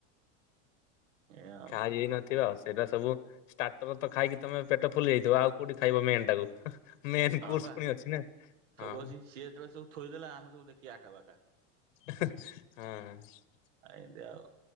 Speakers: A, on the right (about 80°); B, on the left (about 75°).
A: ଏଇଆ ଆଉ
B: ଖାଇଯାଇ
A: କଣ କରିବା
B: ନଥିବ ଆଉ ସେଇଟା ସବୁ ଷ୍ଟାର୍ଟର ତ ଖାଇକି ତମେ ପେଟ ଫୁଲି ଯାଇଥିବ ଆଉ କୋଉଠି ଖାଇବ ମେନ୍ ଟାକୁ? ମେନ୍
A: ହଁ
B: କୋର୍ସ
A: ବା
B: ପୁଣି ଅଛି ନା
A: ସବୁ
B: ହଁ
A: ଅଛି ସିଏ ଯେତେବେଳେ ସବୁ ଥୋଇଦେଲା ଆମେ ସବୁ ଦେଖ କି ଆକାବାକା।
B: ହଁ
A: ଏଁନ୍ତି ଏଆ ଆଉ